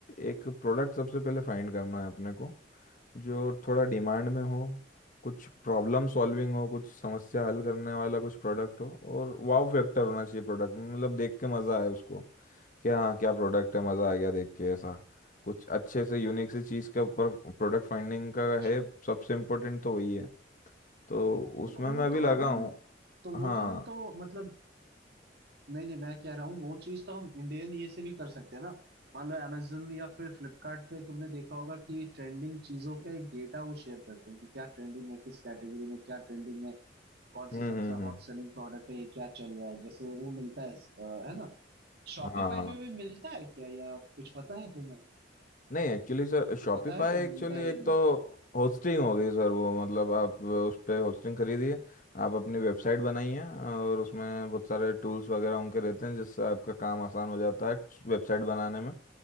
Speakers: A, on the left (about 45°); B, on the right (about 60°).
A: एक प्रोडक्ट सबसे पहले फाइंड करना है अपने को जो थोड़ा डिमांड में हो कुछ प्रॉब्लम सॉल्विंग हो कुछ समस्या हल करने वाला कुछ प्रोडक्ट हो और वाव फैक्टर होना चाहिए प्रोडक्ट में मतलब देख के मज़ा आए उसको कि हाँ क्या प्रोडक्ट है मज़ा आ गया देख के ऐसा कुछ अच्छे से यूनिक सी चीज़ के ऊपर प्रोडक्ट फाइंडिंग का
B: अच्छा
A: है सबसे इम्पोर्टेंट तो वही है तो उसमें
B: तो वो
A: मैं अभी
B: तो
A: लगा
B: हम
A: हूँ
B: तो वो
A: हाँ
B: तो हम तो मतलब नहीं नहीं मैं कह रहा हूँ वो चीज तो हम इंडियन ये से भी कर सकते हैं ना मान लो amazon या फिर फ्लिपकार्ट पे तुमने देखा होगा कि ट्रेंडिंग चीजों का एक डेटा वो शेयर करते हैं कि क्या ट्रेंडिंग है किस कैटेगरी में क्या ट्रेंडिंग है कौन सा
A: हम्म
B: सबसे
A: हम्म हम्म
B: हॉट सेलिंग प्रोडक्ट है ये क्या चल रहा है जैसे वो मिलता है अ, है ना शॉपिफाई
A: हाँ
B: पे भी मिलता है क्या या कुछ पता है तुम्हें
A: नहीं एक्चुअली सर शॉपिफाई
B: पता है तुम्हें
A: एक्चुअली
B: मिलता है
A: एक
B: या नहीं
A: तो होस्टिंग हो गई सर वो मतलब आप उस पर होस्टिंग खरीदिए आप अपनी वेबसाइट बनाइए और उसमें बहुत सारे टूल्स वगैरह उनके रहते हैं जिससे आपका काम आसान हो जाता है वेबसाइट बनाने में